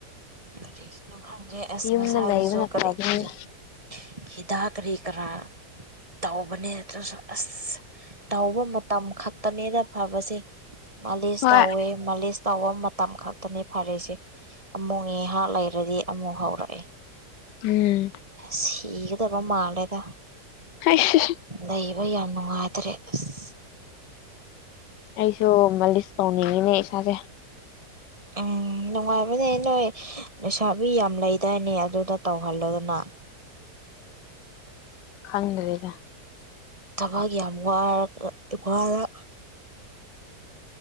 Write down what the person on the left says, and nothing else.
ꯌꯨꯝꯗ
ꯂꯩꯕꯅ
ꯐꯕꯅꯤ
ꯍꯣꯏ
ꯎꯝ
<unintelligible>
ꯑꯩꯁꯨ ꯃꯥꯂꯤꯁ ꯇꯧꯅꯤꯡꯉꯤꯅꯦ ꯏꯁꯥꯁꯦ
ꯈꯪꯗ꯭ꯔꯦꯗ